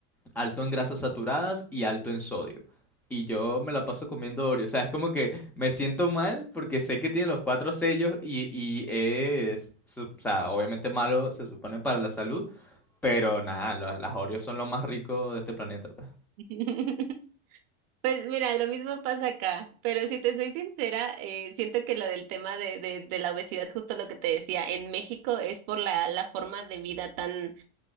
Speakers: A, in the centre; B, on the right.
A: alto en grasas saturadas y alto en sodio. Y yo me la paso comiendo Oreo. O sea, es como que me siento mal porque sé que tiene los cuatro sellos y, y es, su- o sea, obviamente malo, se supone para la salud, pero nada, la- las Oreos son lo más rico de este planeta. pues.
B: <laughs> Pues mira, lo mismo pasa acá, pero si te soy sincera, eh, siento que lo del tema de, de, de la obesidad, justo lo que te decía, en México es por la, la forma de vida tan.